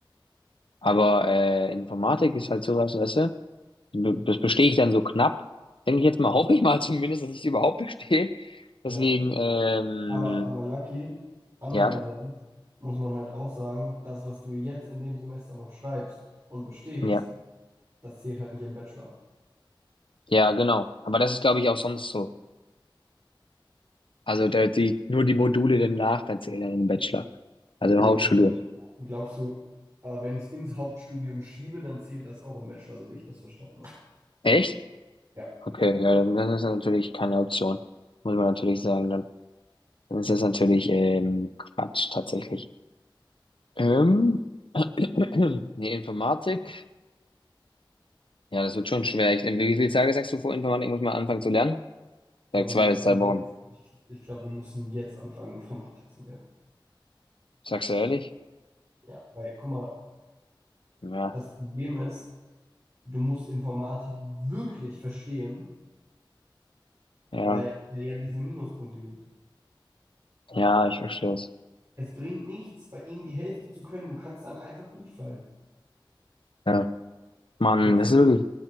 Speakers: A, on the left (about 80°); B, on the right (about 35°).
A: Aber äh, Informatik ist halt sowas, weißt du? be- Das bestehe ich dann so knapp. Denke ich jetzt mal, <laughs> hoffe ich mal zumindest, dass ich es überhaupt bestehe. Deswegen,
B: Ja.
A: ähm,
B: Aber, aber Lucky, andererseits
A: ja,
B: muss man halt auch sagen, das, was du jetzt in dem Semester noch schreibst und bestehst,
A: ja,
B: das zählt halt nicht im Bachelor.
A: ja, genau. Aber das ist, glaube ich, auch sonst so. Also da, die, nur die Module danach, da zählen dann im Bachelor. Also im
B: Nee,
A: Hauptstudium.
B: nee, hier. Glaubst du, äh, wenn ich es ins Hauptstudium schiebe, dann zählt das auch im Bachelor, so wie ich das verstanden habe.
A: Echt?
B: Ja.
A: Okay, ja, dann, dann ist das natürlich keine Option. Muss man natürlich sagen, dann, dann ist das natürlich ähm, Quatsch tatsächlich. Ähm, <clears throat> nee, Informatik. Ja, das wird schon schwer. Ich, wie viele Tage sagst du vor Informatik muss man anfangen zu lernen?
B: Ich
A: Sag
B: glaube,
A: zwei
B: wir müssen
A: bis drei Wochen.
B: jetzt, ich, ich glaube, wir müssen jetzt anfangen, <laughs> Informatik zu lernen.
A: Sagst du ehrlich?
B: Ja, weil, guck mal,
A: Ja,
B: das Problem ist, du musst Informatik wirklich verstehen,
A: ja,
B: weil es ja diese Minuspunkte gibt.
A: ja, ich verstehe es.
B: Es bringt nichts, bei ihnen die Hälfte zu können. Du kannst dann einfach durchfallen.
A: Ja. Mann,
B: Wir können,
A: das ist wirklich,